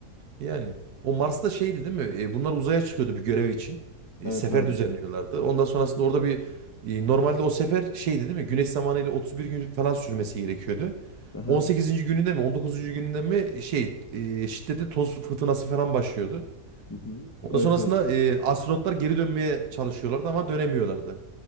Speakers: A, on the right; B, on the left.
A: Yani o Mars'ta şeydi değil mi? E, bunlar uzaya çıkıyordu bir görev için. E,
B: Evet
A: sefer
B: abi.
A: düzenliyorlardı. Ondan sonrasında orada bir e, normalde o sefer şeydi değil mi? Güneş zamanıyla 31 gün falan sürmesi gerekiyordu.
B: Aha.
A: 18. gününde mi 19. gününde mi şey e, şiddetli toz fırtınası falan başlıyordu.
B: Hı hı.
A: Ondan
B: Evet
A: sonrasında
B: evet.
A: e, astronotlar geri dönmeye çalışıyorlardı ama dönemiyorlardı.